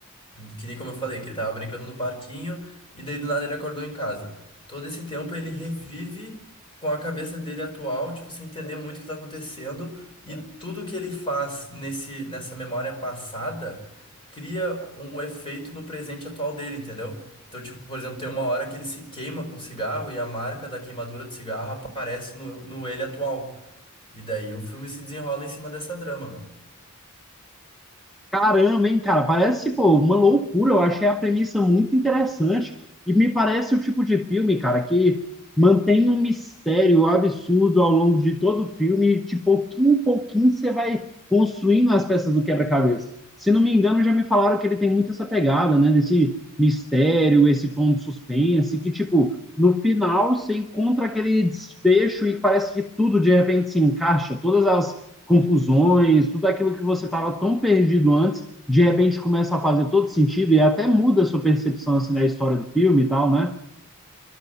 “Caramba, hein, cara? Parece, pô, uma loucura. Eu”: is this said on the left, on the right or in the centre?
Centre